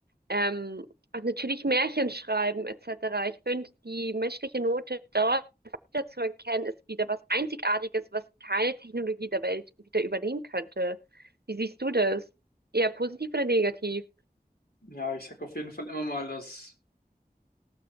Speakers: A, on the right; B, on the left.
A: Ähm, und natürlich Märchen schreiben etc. Ich finde, die menschliche Note dort wieder zu erkennen, ist wieder was Einzigartiges, was keine Technologie der Welt wieder übernehmen könnte. Wie siehst du das? Eher positiv oder negativ?
B: Ja, ich sag auf jeden Fall immer mal, dass